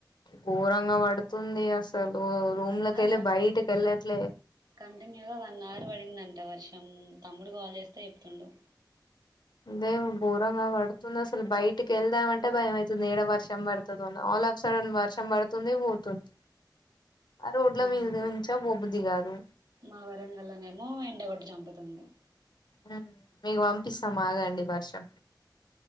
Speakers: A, on the left (about 70°); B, on the right (about 60°).
A: ఘోరంగ పడుతుందే అసలూ
B: నిన్న
A: రూమ్లకెళ్ళి
B: అవర్ కంటిన్యూ
A: బయటికిళ్ళట్లే
B: కంటిన్యూగా వన్ అవర్ పడిందంట వర్షం తమ్ముడు కాల్ చేస్తే చెప్తుండు
A: దే ఘోరంగా పడుతుందసలు బయటికెళ్దాం అంటే భయం అయితుంది ఏడ వర్షం పడుతదోన లఫ్ సడన్ వర్షం పడుతుంది పోతుంది రోడ్ల
B: ఆ
A: మీద
B: ఆ అ
A: నుంచా పోబుద్ది కాదు
B: మా వరంగల్లనేమో ఎండగొట్టి చంపుతుంది
A: హుమ్ మీకు పంపిస్తం ఆగండి వర్షం